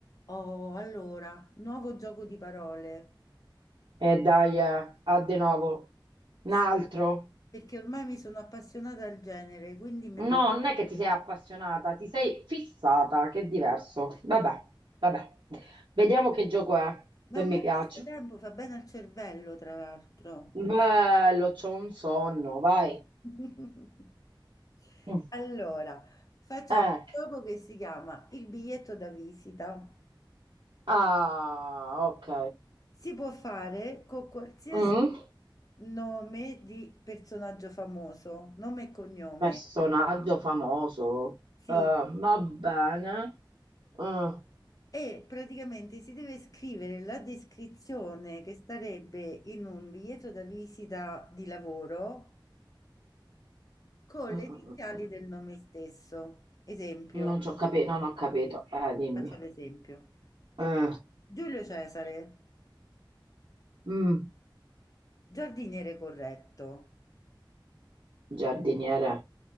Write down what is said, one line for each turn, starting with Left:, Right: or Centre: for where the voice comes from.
Left: Oh, allora, nuovo gioco di parole,
Right: E dai, eh, a de novo.
Left: Sì,
Right: Un altro?
Left: perché ormai mi sono appassionata al genere, quindi me
Right: No,
Left: li-
Right: non è che ti sei appassionata, ti sei fissata, che è diverso. Vabbè, vabbè. Vediamo che gioco è, se
Left: ma è un
Right: mi
Left: bel
Right: piace.
Left: passatempo, fa bene al cervello, tra l'altro.
Right: Bello, c'ho un sonno, vai.
Left: <laughs>
Right: Mm.
Left: Allora, facciamo
Right: Eh.
Left: un gioco che si chiama il biglietto da visita.
Right: Ah, ok.
Left: Si può fare con qualsiasi
Right: Mm.
Left: nome di personaggio famoso, nome e cognome.
Right: Personaggio famoso.
Left: Sì,
Right: Eh, va bene. Eh. Mm.
Left: E praticamente si deve scrivere la descrizione che starebbe in un biglietto da visita di lavoro con
Right: Mm,
Left: le iniziali
Right: mm, mm.
Left: del nome stesso. Esempio,
Right: Non ci ho capito, non ho capito. Eh, dimmi.
Left: faccio l'esempio.
Right: Eh,
Left: Giulio Cesare,
Right: mm,
Left: giardiniere corretto.
Right: giardiniere.